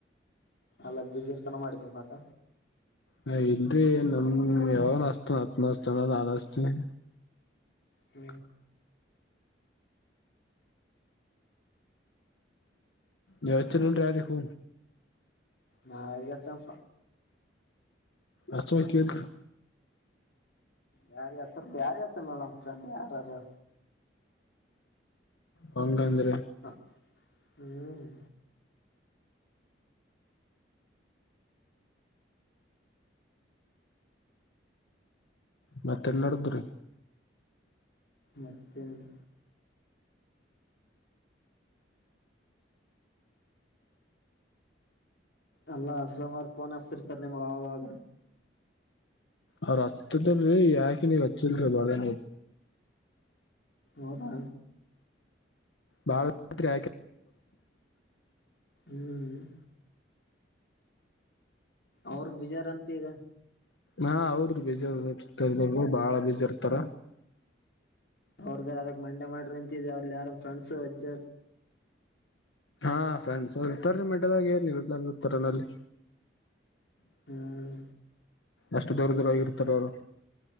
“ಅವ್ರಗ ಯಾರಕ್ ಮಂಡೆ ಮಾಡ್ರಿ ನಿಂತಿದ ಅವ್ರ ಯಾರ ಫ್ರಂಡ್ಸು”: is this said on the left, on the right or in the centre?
Left